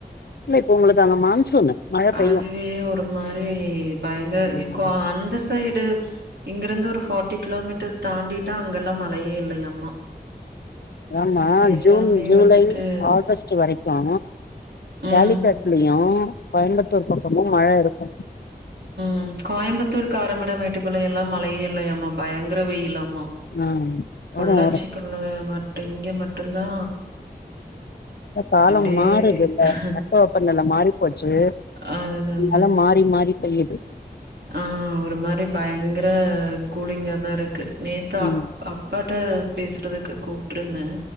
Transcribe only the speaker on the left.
இல்ல இப்ப உங்களுக்கு அங்க மான்சூனு மழ பெய்யு
ஆ
ஆமா
ஜூன் ஜூலை
ஆகஸ்ட் சு வரைக்கு
காலிக்கேட்லயு கோயம்புத்தூர் பக்கமு மழ இருக்கு
ஆ
வரு வரு
இல்லப்பா
நம்ம மாறுதுல தட்ப வெப்ப நெல மாறி போச்சு
அதால மாறி மாறி பெய்யுது
ம்